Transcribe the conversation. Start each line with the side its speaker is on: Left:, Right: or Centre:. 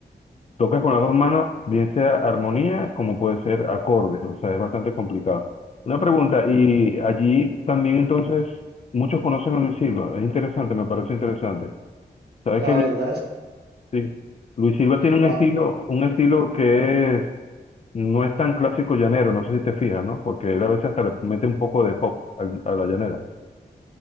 Left: Tocas con las dos manos, bien sea armonía como puede ser acordes, o sea, es bastante complicado. Una pregunta, y allí también entonces muchos conocen a Luis Silva, es interesante, me parece interesante. ¿Sabes
Right: La
Left: que Luis,
Right: verdad es,
Left: sí, Luis Silva tiene un
Right: la-
Left: estilo, un estilo que es, no es tan clásico llanero, no sé si te fijas, ¿no? Porque él a veces hasta le mete un poco de pop al- a la llanera.